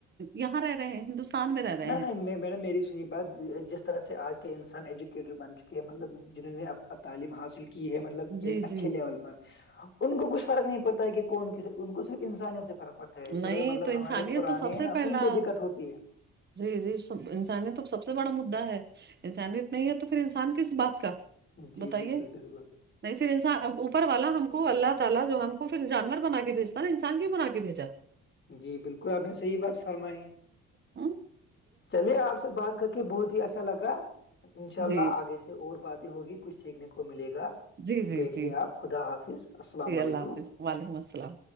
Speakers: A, on the right; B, on the left.
A: یہاں رہ رہے ہیں ہندوستان میں رہ رہے
B: نہیں
A: ہیں
B: نہیں میڈم میری سنی بات جس طرح سے آج کے انسان ایجوکیٹڈ بن چکی ہے مطلب جنہوں نے تعلیم حاصل کی ہے مطلب
A: جی
B: ایک اچھے
A: جی
B: لیول پر ان کو کچھ فرق نہیں پڑتا ہے کہ کون ان کو صرف انسانیت سے فرق پڑتا ہے ہے
A: نہیں
B: جو مطلب
A: تو انسانیت
B: ہمارے پرانے
A: تو سب
B: ہیں
A: سے
B: نا
A: پہلا
B: ان کو دقت ہوتی ہے
A: جی جی انسانیت تو سب سے بڑا مدا ہے انسانیت نہیں ہے تو پھر انسان کس بات کا
B: جی
A: بتائیے
B: بالکل بالکل
A: نہیں پھر انس اوپر والا ہم کو اللہ تعالی جو ہم کو پھر جانور بنا کے بھیجتا ن انسان کیوں بنا کے بھیجا
B: جی بالکل آپ نے صحیح بات فرمائی
A: ہ
B: چلیے آپ سے بات کر کے بہت ہی اچھا لگا انشاء
A: جی
B: اللہ آگے سے اور باتیں ہوگی کچھ سیکھنے کو ملے گا
A: جی جی
B: ٹے
A: جی
B: آپ خدا حافظ السلام
A: جی اللہ
B: علیکم
A: حافظ وعلیکم السلام